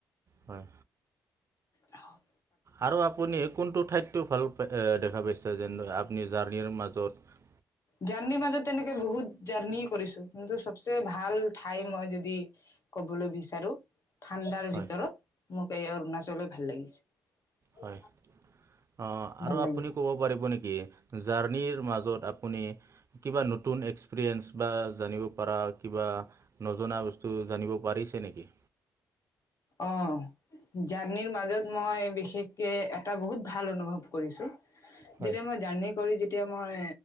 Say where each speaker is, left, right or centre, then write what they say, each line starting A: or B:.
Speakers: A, on the right; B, on the left.
A: হয়
B: আহ-
A: আৰু আপুনি কোনটো ঠাইততো ভাল দেখা পাইছে যেন আপুনি- জাৰ্ণিৰ মাজত-
B: জাৰ্ণিৰ মাজত তেনেকে বহুত জাৰ্ণি কৰিছোঁ কিন্তু চবচে ভাল ঠাই মই যদি ক- হ'বলৈ বিচাৰোঁ - ঠাণ্ডাৰ
A: হয়
B: ভিতৰত মোক এই অৰুণাচলে ভাল লাগিছে-
A: হয় অ আৰু
B: ভাল
A: আপুনি
B: লাগিছে
A: ক'ব পাৰিব নেকি জাৰ্ণিৰ মাজত- কিবা নতুন এক্স- এক্সপিৰিয়েন্ঞ্চ বা জানিব পৰা কিবা নজনা বস্তু জানিব পাৰিছে নেকি?
B: অ- জাৰ্নিৰ মাজত মই বিশেষকে এটা বহুত ভাল অনুভৱ কৰিছোঁ -
A: হয়
B: যেতিয়া মই জাৰ্ণি কৰি যেতিয়া মই